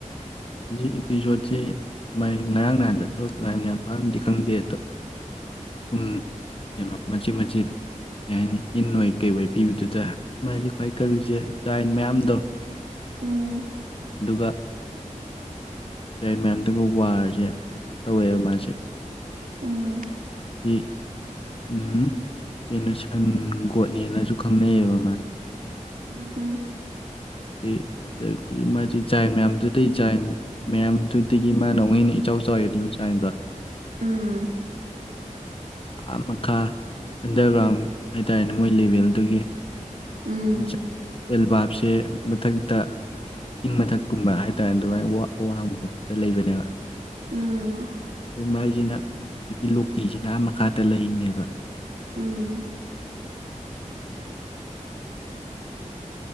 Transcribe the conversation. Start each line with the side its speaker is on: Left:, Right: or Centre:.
Left: ꯃꯥꯖ‌ꯦ ꯏꯄꯤꯁꫭꯠꯁ‌ꯦ ꯃꯥꯏ ꯉꯥꯔꯥꯡ ꯅꯥꯍꯥꯟꯗ ꯊꫭꯂꯛꯇ ꯉꯥꯏꯃꯤꯅ ꯄꯛꯅꯗꯤ ꯈꯪꯗ‌ꯦ ꯑꯗꫭ ꯁꯨꯝ ꯀꯩꯅꫭ ꯃꯆꯤꯠ ꯃꯆꯤꯠ ꯀꯩꯍꯥꯏꯅꯤ ꯍꯤꯟꯑꫭꯏ ꯀꯩꯑꫭꯏ ꯄꯤꯕꯗꯨꯗ ꯃꯥꯖꯤ ꯈꯥꯎ ꯀꯜꯂꯤꯖ‌ꯦ ꯖꯥꯏ ꯃꯌꯥꯝꯗꫭ
Right: ꯎꯝ
Left: ꯑꯗꯨꯒ ꯖꯥꯏꯟ ꯃꯌꯥꯝꯗꯨꯒ ꯋꯥꯔꯖ‌ꯦ ꯑꯗꯨꯝ ꯍꯧꯋ‌ꯦꯕ ꯃꯥꯖ‌ꯦ
Right: ꯎꯝ
Left: ꯍꯥꯏꯗꯤ ꯎꯝ ꯑꯩꯅꫭ ꯁꯟ ꯒꫭꯠꯅ‌ꯦꯅꯁꯨ ꯖꯪꯅꯩꯕ
Right: ꯎꯝ ꯍꯝ
Left: ꯑꯗꯩ ꯑꯗꯒꯤ ꯃꯖ‌ꯦ ꯖꯥꯏꯟ ꯃꯌꯥꯝꯗꯨꯗꯩ ꯖꯥꯏꯟ ꯃꯌꯥꯝꯗꯨꯗꯒꯤ ꯃꯥꯅꯃꯨꯛ ꯍ‌ꯦꯟꯅ ꯏꯆꯧ ꯆꯥꯎꯔꯤꯅ‌ꯦꯕ ꯖꯥꯏꯟꯗꫭ
Right: ꯎꯝ
Left: ꯑꯥ ꯃꯈꯥ ꯑꯟꯗꯔꯒꫪꯥꯎ ꯍꯥꯏꯇꯔ‌ꯦꯅ‌ꯦ ꯃꫭꯏ ꯂ‌ꯦꯕ‌ꯦꯟꯗꯨꯒꯤ
Right: ꯎꯝ
Left: ꯍꯤꯡꯆꯥ ꯑ‌ꯦꯜ ꯕꯥꯞꯁꯦ ꯃꯊꯪꯛꯇ ꯆꯤꯡ ꯃꯊꯛ ꯀꯨꯝꯕ ꯍꯥꯏꯇꯥꯏ ꯑꯗꯨꯃꯥꯏ ꯋꯥꯡꯕ ꯃꯐꯝꯗ ꯂꯩꯕꯅ‌ꯦꯕ
Right: ꯎꯝ
Left: ꯑꯨꯝ ꯍꯥꯏꯖꯤꯅ ꯍꯧꯖꯤꯛꯀꯤ ꯁꯤꯅ ꯃꯈꯥꯗ ꯂꯩꯔꯤꯅ‌ꯦꯕ
Right: ꯎꯝ